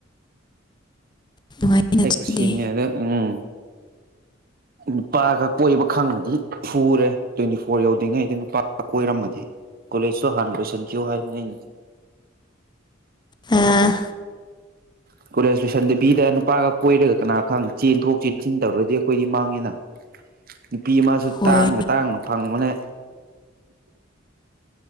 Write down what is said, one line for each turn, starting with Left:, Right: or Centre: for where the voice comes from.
Left: ꯅꯨꯡꯉꯥꯏꯅ
Right: ꯑꯩꯨ
Left: ꯑꯗꯨꯗꯤ
Right: ꯁꯤꯅꯤꯔ ꯎꯝ ꯅꯨꯄꯥꯒ ꯀꯣꯏꯕ ꯈꯪꯕꯗꯤ ꯐꯨꯔꯦ ꯇ꯭ꯋꯦꯟꯇꯤ ꯐꯣꯔ ꯌꯧꯗ꯭ꯔꯤꯉꯩꯗ ꯅꯨꯄꯥꯒ ꯀꯣꯏꯔꯝꯃꯗꯤ ꯀꯣꯂꯦꯖꯁꯨ ꯍꯥꯟꯅ ꯂꯣꯏꯁꯤꯟꯈꯤꯕꯌꯣ ꯍꯥꯏꯕꯅꯤ ꯑꯩꯅꯗꯤ
Left: ꯑ
Right: ꯍ ꯀꯣꯂꯦꯖ ꯇꯨꯁꯟ ꯕꯤꯗ ꯅꯨꯄꯥꯒ ꯀꯣꯏꯔꯒ ꯀꯅꯥ ꯈꯪ ꯆꯦꯟꯊꯣꯛ ꯆꯦꯟꯁꯤꯟ ꯇꯧꯔꯗꯤ ꯑꯩꯈꯣꯏꯗꯤ ꯃꯥꯡꯉꯦꯅ ꯅꯨꯄꯤ ꯑꯃꯁꯁꯨ
Left: ꯍꯣꯏ
Right: ꯇꯥꯡꯅ ꯇꯥꯡꯅ ꯐꯪꯕꯅꯦ